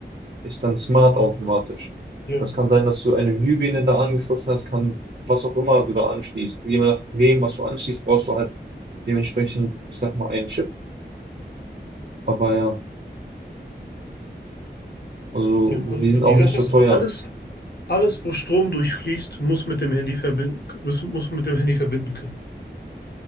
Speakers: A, on the right; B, on the left.
A: ist dann smart automatisch.
B: ja,
A: Das kann sein, dass du eine Glühbirne da angeschlossen hast, kann was auch immer du da anschließt. Je nachdem, was du anschließt, brauchst du halt dementsprechend, ich sag mal, einen Chip. Aber ja, also
B: ja. Also
A: die
B: die,
A: sind
B: die
A: auch
B: Sache
A: nicht so
B: ist,
A: teuer.
B: alles, alles, wo Strom durchfließt, muss mit dem Handy verbinden, muss, muss man mit dem Handy verbinden können.